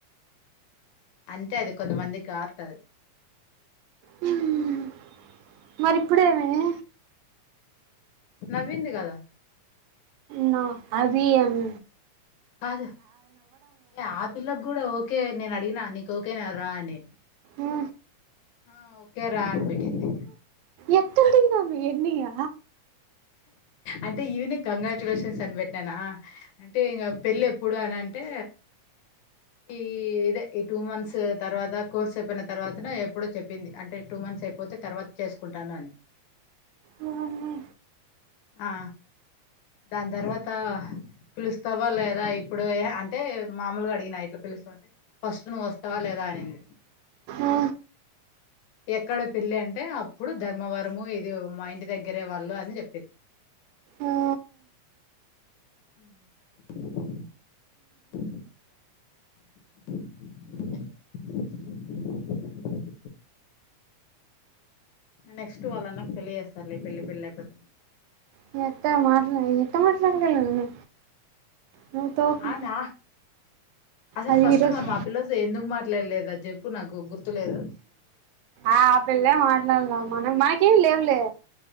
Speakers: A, on the left (about 85°); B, on the right (about 80°).
A: అంటే అది కొంతమందికి ఆర్ట్ అది
B: హ్మ్ మరి ఇప్పుడేమాయే
A: నవ్వింది గదా
B: నొ అవి యన్
A: కాదు ఆ పిల్లకి కూడా ఓకే నేను అడిగిన నీకు ఓకే న రా అని
B: ఆ
A: హ ఒకేరా అని పెట్టింది
B: ఎట్టి ఉంటిందమ్మి యేన్నియ
A: అంటే ఈవనే కంగ్రాచులేషన్స్ అని పెట్నానా అంటే ఇంగా పెళ్ళి ఎప్పుడు అనంటే ఈ ఇదే ఈ టూ మంత్స్ తర్వాత కోర్స్ అయిపోయిన తర్వాతనో ఎప్పుడో చెప్పింది అంటే టూ మంత్స్ అయిపోతే తర్వాత చేసుకుంటాను అని
B: వార్నీ
A: ఆ దాని తర్వాత పిలుస్తావా లేదా ఇప్పుడె అంటే మామూలుగా అడిగినా ఇట్లా పిలుస్తావా అంటే ఫస్ట్ నువ్వు వస్తావా లేదా అనింది
B: ఆ
A: ఎక్కడ పెళ్ళి అంటే అప్పుడు ధర్మవరము ఇది మా ఇంటి దగ్గరే వాళ్ళు అని చెప్పింది
B: ఆ
A: బ్లాంక్ ఉమ్ బ్లాంక్ నెక్స్ట్ వాళ్ళన్నకు పెళ్ళి చేస్తరులే పెళ్లి పెళ్లి అయిపోతె
B: మీ అత్తయ మాట్లాడ ఎట్ట మాట్లాడగలను నువ్వు తోపు
A: అనా అసలు
B: అది
A: ఫస్ట్
B: ఈరోజు
A: మనం ఆ పిల్లతో ఎందుకు మాట్లాడలేదు అది చెప్పు నాకు గుర్తులేదు
B: ఆ పిల్లె మాట్లాడలే మనం మనకేమి లేవులే